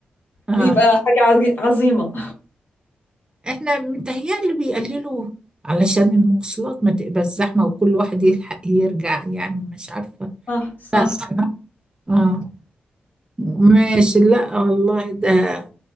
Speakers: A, on the right (about 20°); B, on the left (about 55°).
A: اه
B: يبقى حاجة عظي- عظيمة
A: احنا متهيألي بيقللوا علشان المواصلات ما تبقى الزحمة وكل واحد يلحق يرجع يعني مش عارفة
B: صح صح
A: لا صح. اه ماشي لا والله ده